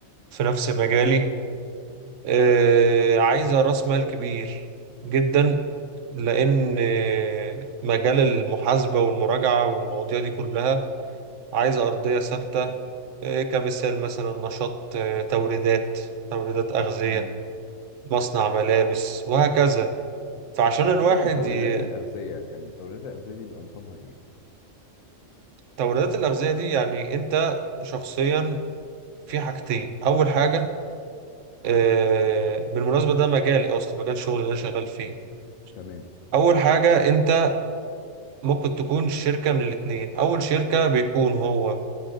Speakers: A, on the right (about 70°); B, on the left (about 85°).
A: في نفس مجالي آه، عايزة راس مال كبير جدا لان آه، مجال المحاسبة والمراجعة والمواضيع دي كلها عايزة ارضية ثابتة آه، كمثال مثلا نشاط آه، توريدات توريدات اغذية
B: مم.
A: مصنع ملابس وهكذا فعشان
B: احكي
A: الواحد
B: لي عن توريدات
A: ي...
B: الأغذية يعني توريدات الأغذية دي بيبقى نظامها إيه؟
A: توريدات الأغذية دي يعني أنت شخصيا في حاجتين أول حاجة آه، بالمناسبة ده مجالي أصلا مجال شغلي اللي أنا شغال فيه
B: تمام.
A: أول حاجة أنت ممكن تكون شركة من الاتنين أول شركة بيكون هو